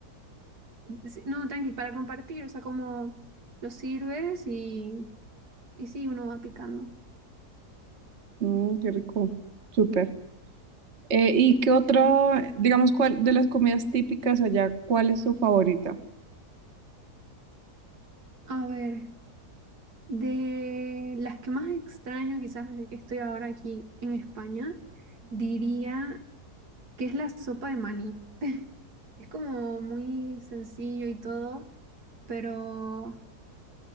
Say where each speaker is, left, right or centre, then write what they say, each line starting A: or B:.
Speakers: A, on the right (about 75°); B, on the right (about 45°).
A: Sí, no, tranqui, para compartir, o sea, como lo sirves y, y sí, uno va picando.
B: Mm, qué rico. Súper. Eh, ¿y qué otro, digamos, cuál de las comidas típicas allá, cuál es tu favorita?
A: A ver, de las que más extraño quizás desde que estoy ahora aquí en España, diría que es la sopa de maní. <laughs> Es como muy sencillo y todo, pero